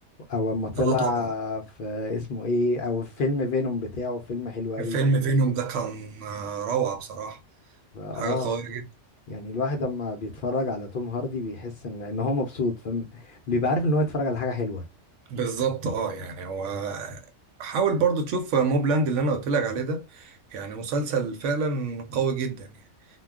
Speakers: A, on the left (about 55°); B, on the right (about 80°).
A: او اما طلع
B: اه طبعا
A: في اسمه ايه او في فيلم فينوم بتاعه فيلم حلو قوي
B: فيلم فينوم ده كان آه، روعة بصراحة
A: فاه
B: حاجة قوية جدا
A: يعني الواحد اما بيتفرج على توم هاردي بيحس ان ان هو مبسوط فاهم بيبقى عارف ان هو يتفرج على حاجه حلوه
B: بالظبط اه يعني هو حاول برضو تشوف موبلاند اللي انا قلت لك عليه ده يعني مسلسل فعلا قوي جدا يعني